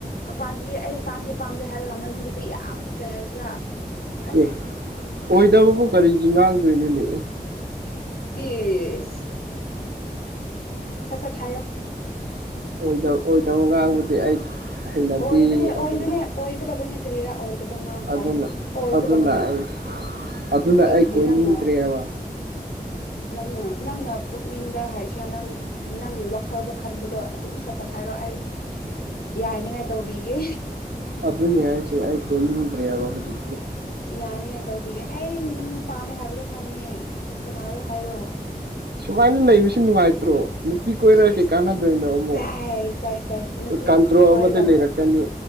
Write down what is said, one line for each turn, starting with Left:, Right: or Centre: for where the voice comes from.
Left: ꯄꯥꯝꯗꯗꯤ ꯑꯩ ꯄꯥꯝꯗꯦ ꯄꯥꯝꯗꯦ ꯍꯥꯏꯔꯒ ꯃꯅꯨꯡꯗꯨꯗꯤ ꯌꯥꯝ ꯀꯩ ꯍꯥꯏꯁꯤꯔꯥ ꯑꯁ
Right: ꯑꯦ ꯑꯣꯏꯗꯕꯕꯨ ꯀꯔꯤꯒꯤ ꯉꯥꯡꯗꯣꯏꯅꯣꯅꯦ ꯑꯦ
Left: ꯏꯁ ꯁꯥꯠ ꯁꯥꯠ ꯍꯥꯏꯌꫭ
Right: ꯑꯣꯏꯗꯕ ꯑꯣꯏꯗꯕ ꯉꯥꯡꯕꯗꯤ ꯑꯩ ꯍꯩꯅꯕꯤ
Left: ꯑꯣꯏꯕꯅꯦ ꯑꯣꯏꯕꯅꯦ
Right: ꯑꯗꯨꯅ
Left: ꯑꯣꯏꯒꯗꯕꯅꯦ ꯀꯔꯤꯔꯥ ꯑꯣꯏꯗꯕ ꯉꯥꯡ
Right: ꯑꯗꯨꯅ
Left: ꯍꯥꯏꯌꯦ ꯑꯣꯏꯒꯗꯕꯅꯦ
Right: ꯑꯗꯨꯅ ꯑꯩ ꯑꯗꯨꯅ
Left: ꯑꯗꯨꯒꯤ
Right: ꯑꯩ ꯀꯣꯏꯅꯤꯡꯗ꯭ꯔꯦꯕ
Left: ꯅꯪꯅ ꯅꯪꯅ ꯅꯪꯅ ꯄꯨꯛꯅꯤꯡꯗ ꯍꯥꯏꯁꯤꯔꯥ ꯅꯪ ꯅꯪꯒꯤ ꯋꯥꯈꯜꯗ ꯈꯟꯕꯗꯣ ꯑꯗꯨꯝ ꯁꯠ ꯁꯠ ꯊ ꯍꯥꯏꯔꯣ ꯑꯩ ꯌꯥꯅꯤꯉꯥꯏ ꯇꯧꯕꯤꯒꯦ
Right: ꯑꯗꯨꯏ ꯁꯤꯦ ꯀꯣꯏꯗ꯭ꯔꯌꯥꯕ ꯍꯧꯖꯤꯦ
Left: ꯌꯥꯅꯤꯉꯥꯏ ꯇꯧꯕꯤꯒꯦ ꯑꯩ ꯅꯪ ꯄꯥꯝꯃꯦ ꯍꯥꯏꯕꯗꯣ ꯈꯪꯉꯦ ꯀꯅꯥꯔꯣ ꯍꯥꯏꯔꯣ
Right: ꯁꯨꯃꯥꯏꯅ ꯂꯩꯕꯁꯤ ꯅꯨꯡꯉꯥꯏꯇ꯭ꯔꯣ ꯅꯨꯄꯤ ꯀꯣꯏꯔꯒ
Left: ꯁꯤꯁ
Right: ꯀꯩ ꯀꯥꯟꯅꯗꯣꯏꯅꯣ ꯑꯃꯨꯛ
Left: ꯁꯥꯏ ꯁꯥꯏ ꯁꯥꯏꯁ ꯅꯨꯄꯤ
Right: ꯀꯥꯟꯇ꯭ꯔꯣ
Left: ꯀꯣꯏꯔꯒ
Right: ꯑꯃꯗ ꯂꯩꯔ ꯀꯅꯤ